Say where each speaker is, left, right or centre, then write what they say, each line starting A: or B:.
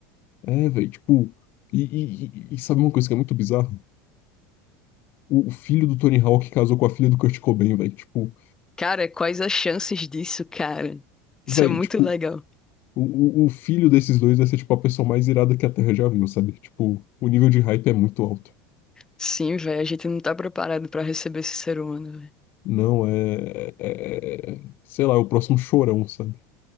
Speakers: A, on the left (about 55°); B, on the left (about 15°).
A: É, velho, tipo, e, e- e- e sabe uma coisa que é muito bizarra? O, o filho do Tony Hawk casou com a filha do Kurt Cobain, velho. Tipo,
B: Cara, quais as chances disso, cara? Isso
A: velho,
B: é muito
A: tipo,
B: legal.
A: o, o o filho desses dois vai ser, tipo, a pessoa mais irada que a Terra já viu, sabe? Tipo, o nível de hype é muito alto.
B: Sim, velho, a gente não tá preparado pra receber esse ser humano, velho.
A: Não, é, é, é- é, sei lá, é o próximo chorão, sabe?